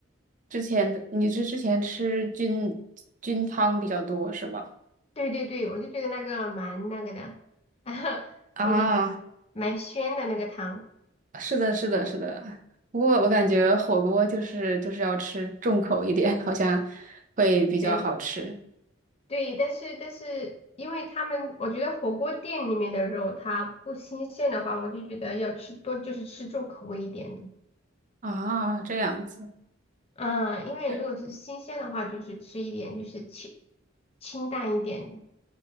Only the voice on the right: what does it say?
之前你是之前吃菌菌汤比较多是吧？
啊，
是的，是的，是的。不过我感觉火锅就是就是要吃重口一点，好像会比较好吃
啊。这样子，
对